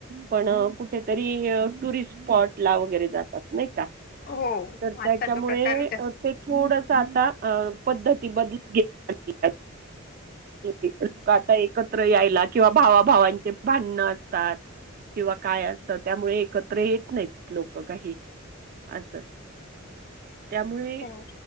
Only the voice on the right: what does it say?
पण कुठ कुठेतरी टूरिस्ट वाटला वगैरे जातात नाही का
त्याच्यामुळे
ते थोड. आता पद्धती बदलत लोक आता एकत्र यायला किंवा भावा -भावांचे भांडण असतात किंवा काय असत त्यामुळे एकत्र येत नाहीत लोक काही असं! त्यामुळे